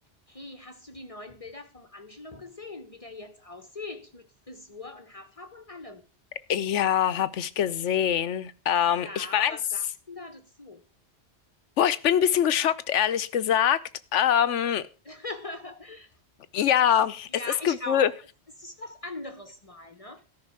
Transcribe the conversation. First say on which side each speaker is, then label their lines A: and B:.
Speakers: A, on the left; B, on the left.
A: Hey, hast du die neuen Bilder vom Angelo gesehen, wie der jetzt aussieht, mit Frisur und Haarfarbe und allem?
B: Ja, habe ich gesehen. Ähm,
A: Ja,
B: ich weiß,
A: was sagst du denn da dazu?
B: boah, ich bin ein bisschen geschockt, ehrlich gesagt. Ähm,
A: <laughs>
B: ja,
A: Ja,
B: es ist
A: ich
B: gewö
A: auch. Es es ist was anderes mal, ne?